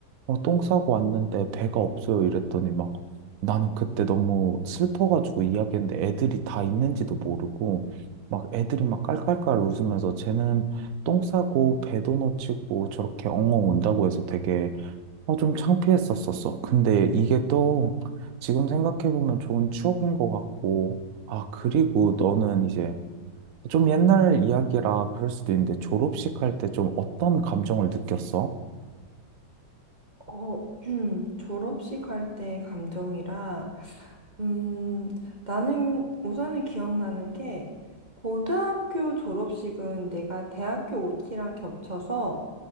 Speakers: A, on the right (about 60°); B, on the right (about 30°).
A: 어, 똥 싸고 왔는데 배가 없어요 이랬더니 막 나는 그때 너무 슬퍼가지고 이야기했는데 애들이 다 있는지도 모르고 막 애들이 막 깔깔깔 웃으면서 쟤는 똥 싸고 배도 놓치고 저렇게 엉엉 운다고 해서 되게 어, 좀 창피했었었어. 근데 이게 또 지금 생각해보면 좋은 추억인 것 같고 아, 그리고 너는 이제 좀 옛날 이야기라 그럴 수도 있는데 졸업식 할 때 좀 어떤 감정을 느꼈어?
B: 어, <clears throat> 졸업식 할 때 감정이라, 음, 나는 우선은 기억나는 게, 고등학교 졸업식은 내가 대학교 OT랑 겹쳐서